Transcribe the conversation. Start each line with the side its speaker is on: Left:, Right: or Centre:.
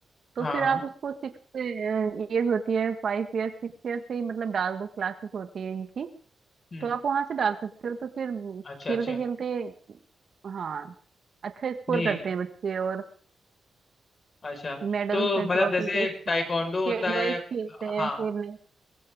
Right: तो
Left: हाँ
Right: फिर
Left: हाँ,
Right: आप उसको सिक्स एज होती है फाइव ईयर सिक्स ईयर से ही मतलब डाल दो क्लासेस होती है इनकी
Left: हम्म
Right: तो आप वहां से डाल सकते हो तो फिर
Left: अच्छा
Right: खेलते
Left: अच्छा
Right: खेलते हाँ अच्छा स्कोर
Left: नहीं
Right: करते हैं बच्चे और
Left: अच्छा
Right: medals
Left: तो
Right: and
Left: मतलब
Right: trophies
Left: जैसे टाइकोंडो
Right: state
Left: होता है
Right: wise खेलते हैं
Left: हाँ
Right: फिर ने